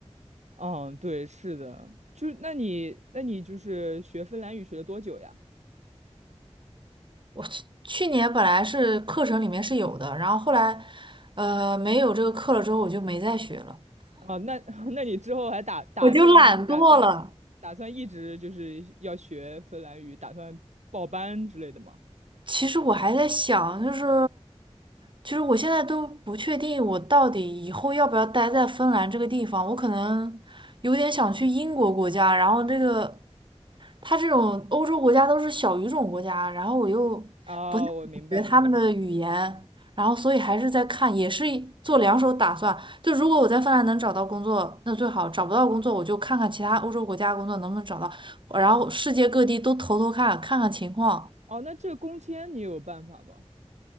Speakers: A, on the right (about 85°); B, on the right (about 45°).
A: 嗯，对，是的，就那你那你就是学芬兰语学了多久呀？
B: 我去去年本来是课程里面是有的，然后后来呃没有这个课了之后，我就没再学了。
A: 哦，那 <laughs> 那你之后还打打算打算打算一直就是要学芬兰语，
B: 我就懒惰了。
A: 打算报班之类的吗？
B: 其实我还在想，就是其实我现在都不确定我到底以后要不要待在芬兰这个地方，我可能有点想去英国国家，然后这个。他这种欧洲国家都是小语种国家，然后我又
A: 啊、
B: 不太懂得他们的语言，
A: 我明白，我明白。
B: 然后所以还是在看，也是一做两手打算。就如果我在芬兰能找到工作，那最好；找不到工作，我就看看其他欧洲国家工作能不能找到，然后世界各地都投投看，看看情况。
A: 哦，那这个工签你有办法吗？